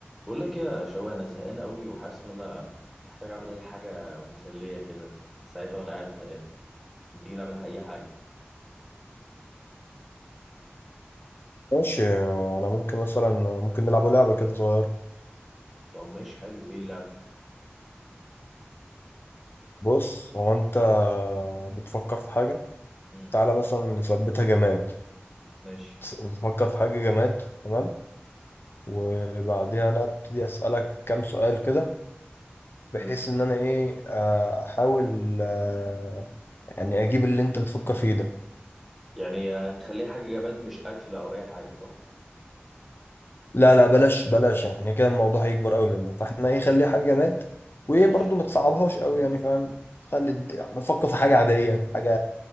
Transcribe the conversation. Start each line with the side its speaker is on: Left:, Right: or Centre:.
Centre: بقول لك يا شوقي انا زهقان قوي وحاسس ان انا محتاج اعمل اي حاجه مسليه كده ساعتها وانا قاعد زهقان ما تيجي نعمل اي حاجه
Left: ماشي انا ممكن مثلا ممكن نلعب لعبه كده صغيره
Centre: طب ماشي حلو ايه اللعب
Left: بص هو انت بتفكر في حاجه
Centre: امم
Left: تعالى مثلا نثبتها جماد
Centre: ماشي
Left: بتفكر في حاجه جماد تمام وبعديها انا ابتدي اسالك كام سؤال كده بحيث
Centre: اوكي
Left: ان انا ايه آه، احاول آه، يعني اجيب اللي انت بتفكر فيه ده
Centre: يعني نخليها حاجه جماد مش اكل او اي حاجه صح
Left: لا لا بلاش بلاش يعني كده الموضوع هيكبر قوي منك فاحنا ايه خليها حاجه جماد وايه
Centre: ماشي
Left: برضو ما تصعبهاش قوي يعني فاهم خلي الد- نفكر في حاجه عاديه حاجه